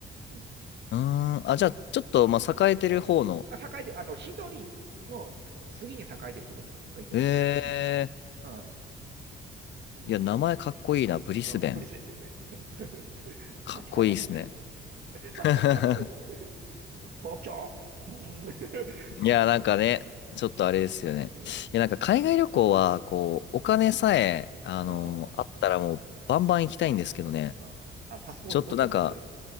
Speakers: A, on the right; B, on the left.
A: うん。
B: うーん、あ、じゃあ、ちょっと、まあ、栄えてる方の。
A: あ、栄えて、あの、シドリの次に栄えてるところが言ってました。
B: ええ
A: うん。ああうん。
B: いや、名前かっこいいな、ブリスベン。
A: うん。ブリスベンって。<laughs>
B: かっこいいですね。
A: 確かに。<laughs>
B: <laughs>
A: 確かにかっこいい。東京。うん。<laughs>
B: いや、
A: いまいちかね。
B: なんかね、ちょっとあれですよね。
A: うん。
B: いや、なんか海外旅行は、こう、
A: うん。
B: お金さえ、あのあったらもう、
A: ああ。
B: バンバン行きたいんですけどね。
A: あーあ、パスポート取ってます
B: ちょっとなんか、